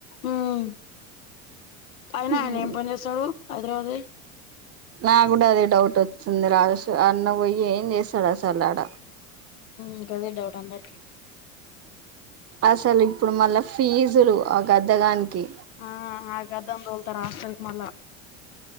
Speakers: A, on the left; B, on the right.
A: మ్ అయినా
B: ఉమ్
A: ఆయన ఏం పని చేస్తాడు హైదరాబాద్ పొయ్
B: నాకు అదే డౌట్ వచ్చింది రాజ <unintelligible> అన్న పోయి ఏం చేసాడు అసలు ఆడ
A: ఇంక అదే డౌట్ అందరికి
B: అసలు ఇప్పుడు మళ్ళా ఫీజులు ఆ గద్దగానికి
A: ఆ <unintelligible> ఆస్టెల్క్ మళ్ళ